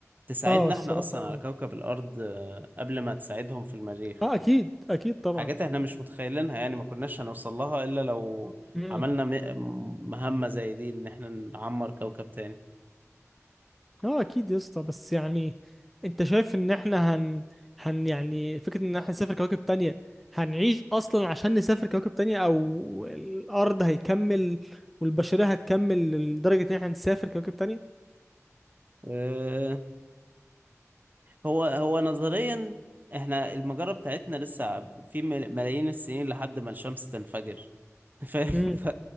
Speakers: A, on the right; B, in the centre.
A: تساعدنا
B: اه الصراحة
A: احنا اصلا على كوكب الارض آه، قبل ما تساعدهم في المريخ
B: اه اكيد اكيد طبعا
A: حاجات احنا مش متخيلينها يعني ما كناش هنوصل لها الا لو
B: مم.
A: عملنا م... مهمة زي دي ان احنا نعمر كوكب تاني
B: اه اكيد يا اسطى بس يعني انت شايف ان احنا هن هن يعني فكرة ان احنا نسافر كواكب تانية هنعيش اصلا عشان نسافر كواكب تانية او الارض هيكمل والبشرية هتكمل لدرجة ان احنا نسافر كواكب تانية
A: آه، هو هو نظريا احنا المجرة بتاعتنا لسه في مل- ملايين السنين لحد ما الشمس تنفجر <laughs> فاهم ف...
B: امم